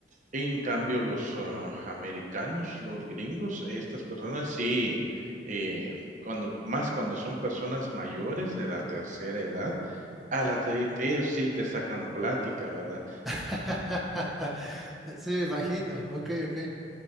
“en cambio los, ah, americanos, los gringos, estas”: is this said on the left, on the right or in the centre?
Right